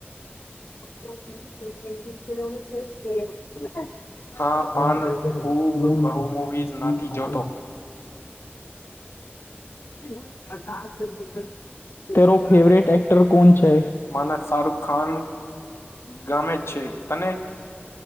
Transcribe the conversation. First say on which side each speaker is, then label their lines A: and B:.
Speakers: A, on the left; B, on the left.
A: <unintelligible> <unintelligible>
B: હા પણ હું બહુ મુવીઝ નથી જોતો
A: <unintelligible> તેરો ફેવરેટ એક્ટર કોણ છે.
B: માને શાહરુખ ખાન ગામે છે તને.